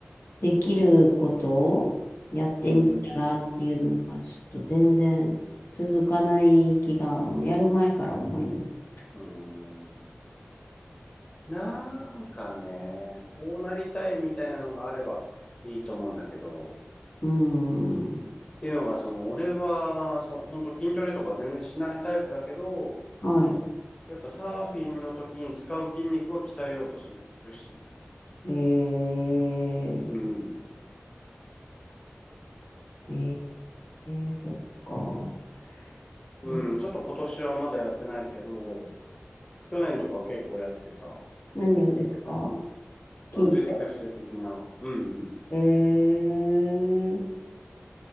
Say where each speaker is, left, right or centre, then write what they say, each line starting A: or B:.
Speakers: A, on the left; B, on the left.
A: できることをやってみたらっていうのが、
B: うん、
A: ちょっと全然続かない気が、もうやる前から思います。
B: うん、うん。なんかね、こうなりたいみたいなのがあればいいと思うんだけど、
A: うーん。
B: っていうのが、その、俺は、そ、本当筋トレとか全然しないタイプだけど、
A: はい。
B: やっぱサーフィンの時に使う筋肉は鍛えようとするしね。
A: え
B: うん。
A: ー、えー、そっか。ん
B: うん。ちょっと今年はまだやってないけど、去年とか結構やってた。ま
A: 何をですか
B: あ腕立て伏せ的な。
A: 筋ト
B: うんうん。
A: レえー、